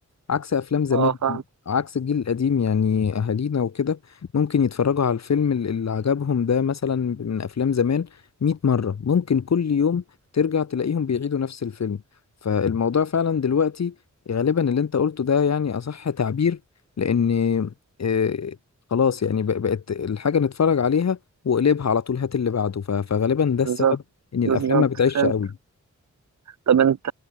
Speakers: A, on the left (about 60°); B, on the right (about 65°).
A: عكس افلام زمان
B: اه فاهم
A: عكس الجيل القديم يعني اهالينا وكده ممكن يتفرجوا على الفيلم ال- اللي عجبهم ده مثلا من افلام زمان 100 مرة ممكن كل يوم ترجع تلاقيهم بيعيدوا نفس الفيلم فالموضوع فعلا دلوقتي غالبا اللي انت قلته ده يعني اصح تعبير لان آه، خلاص يعني بق- بقت الحاجة نتفرج عليها وقلبها على طول هات اللي بعده ف- فغالبا ده السبب
B: بالظبط
A: ان الافلام
B: بالظبط
A: ما بتعيش
B: فهمت
A: قوي
B: طب أنت